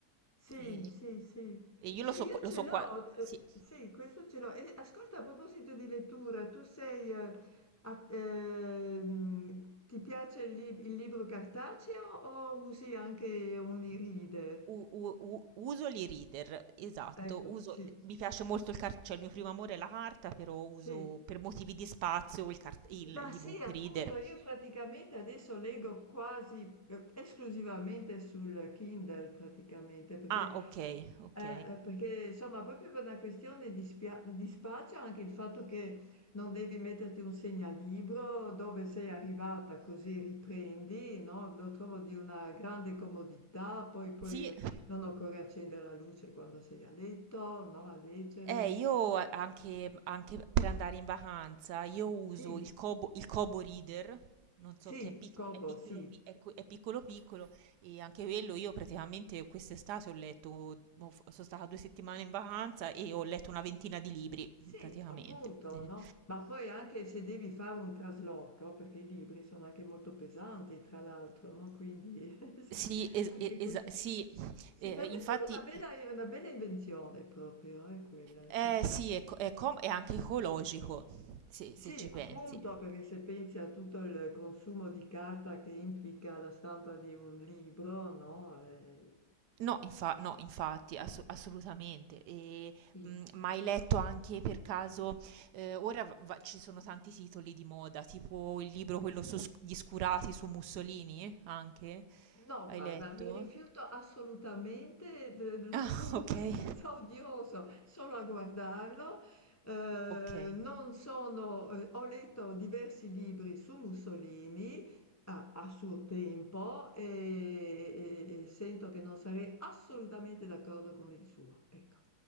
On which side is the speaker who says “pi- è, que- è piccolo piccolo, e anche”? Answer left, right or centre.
Right